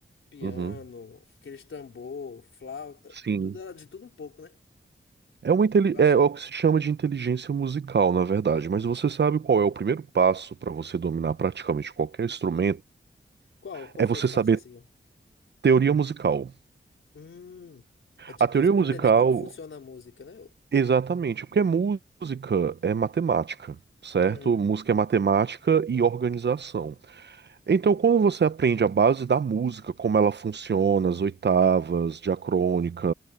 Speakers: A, on the left; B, on the right.
A: piano,
B: Uhum.
A: aqueles tambor, flauta,
B: Sim.
A: tudo ela de tudo um pouco, né?
B: É uma inteli-
A: Eu acho.
B: é é o que se chama de inteligência musical, na verdade. Mas você sabe qual é o primeiro passo para você dominar praticamente qualquer instrumento?
A: Qual, qual
B: É
A: foi
B: você
A: os passos
B: saber
A: assim? ó?
B: teoria musical.
A: Hum, é tipo
B: A teoria musical
A: entender como funciona a música, né?
B: Exatamente, porque música é matemática, certo?
A: Uhum,
B: Música é matemática e organização. Então, quando você aprende a base da música, como ela funciona, as oitavas, diacrônica